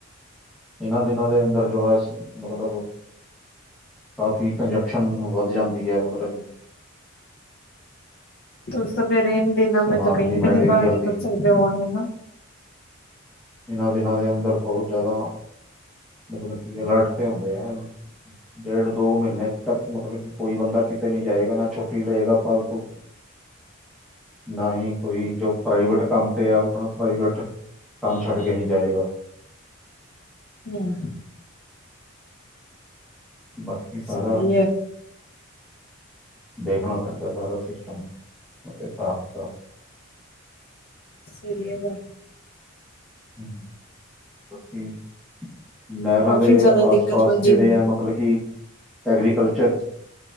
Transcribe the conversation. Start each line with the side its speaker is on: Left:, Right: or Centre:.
Centre: ਇਹਨਾਂ ਦਿਨਾਂ ਦੇ ਅੰਦਰ ਜੋ ਬੱਸ ਹੈ ਮਤਲਬ ਕਾਫ਼ੀ, ਕੰਜਪਸ਼ਨ, ਵੱਧ ਜਾਂਦੀ ਹੈ। ਮਤਲਬ ਕਿ
Left: ' <unintelligible> '
Centre: ਸਮਾਨ
Left: ਮੈਂ ਤਾਂ ਕਹੀ
Centre: ਦੀ
Left: ਵੀ
Centre: ਮਟੀਰੀਅਲ
Left: ਨੀ ਬਾਹਰ ਨਿਕਲ
Centre: ਦੀ
Left: ਸਕਦੇ ਹੋਣੇ ਨਾ।
Centre: ਇਹਨਾਂ ਦਿਨਾਂ ਦੇ ਅੰਦਰ ਬਹੁਤ ਜ਼ਿਆਦਾ, ਮਤਲਬ ਕਿ ਅਲਰਟ ਤੇ ਹੁੰਦੇ ਏ। ਡੇਢ ਦੋ ਮਹੀਨੇ ਤੱਕ ਮਤਲਬ ਕਿ ਕੋਈ ਬੰਦਾ ਕਿਤੇ ਨੀ ਜਾਏਗਾ ਨਾ ਛੁੱਟੀ ਲਏਗਾ ਫਾਲਤੂ।
Left: ' <inaudible>
Centre: ਨਾ ਹੀ ਕੋਈ ਜੋ ਪ੍ਰਾਈਵੇਟ ਕੰਮ ਤੇ ਹੈ। ਆਪਣਾ ਪ੍ਰਾਈਵੇਟ ਕੰਮ ਛੱਡ ਕੇ ਨੀ ਜਾਏਗਾ
Left: ਹਮ।
Centre: ਬਾਕੀ ਸਾਰਾ
Left: ਸਹੀ ਹੈ
Centre: ਦੇਖਣਾ ਪੈਂਦਾ ਸਾਰਾ ਸਿਸਟਮ ਸਾਫ਼-ਸਾਫ਼
Left: ਸਹੀ ਹੈ ਵ
Centre: ਹਮ, ਬਾਕੀ ਨਹਿਰਾਂ
Left: ਕਾਫ਼ੀ
Centre: ਦੇ
Left: ਜ਼ਿਆਦਾ
Centre: ਆਸ-ਪਾਸ
Left: ਦਿੱਕਤ ਵਜੀ
Centre: ਜਿਹੜੇ
Left: ਹੁੰਦੀ
Centre: ਹੈ ਮਤਲਬ ਮਤਲਬ ਕਿ ਐਗਰੀਕਲਚਰ